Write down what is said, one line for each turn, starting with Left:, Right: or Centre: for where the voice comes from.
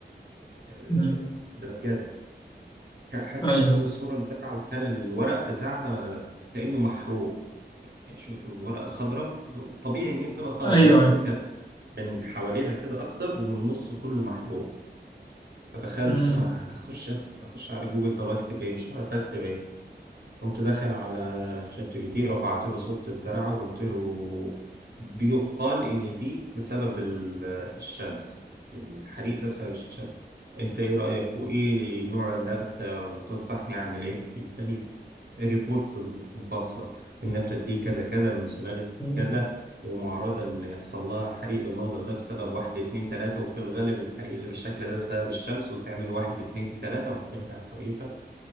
Right: آه،
Left: مم.
Right: ده بجد كان حد
Left: ايوه
Right: منزل صورة لزرعة وكان الورق بتاعها كأنه محروق يعني شوف الورقة خضراء طبيعي إن هي بتبقى خضراء
Left: ايوه
Right: لا دي
Left: ايوه
Right: كانت من حواليها كده أخضر ومن النص كله محروق فدخلت
Left: مم.
Right: ما هخش أسأل أخش على جوجل طب أكتب إيه مش هعرف أكتب إيه قمت داخل على شات جي بي تي رفعت له صورة الزرعة وقلت له بيقال إن دي بسبب ال- الشمس يعني الحريق ده بسبب الشمس أنت إيه رأيك وإيه نوع النبتة وتنصحني أعمل إيه؟ إداني ريبورت مفصل النبتة دي كذا كذا من سلالة
Left: مم.
Right: كذا ومعرضة إن يحصل لها حريق بالمنظر ده بسبب واحد اتنين تلاتة وفي الغالب الحريق اللي بالشكل ده بسبب الشمس وتعمل واحد اتنين تلاتة وهترجع كويسة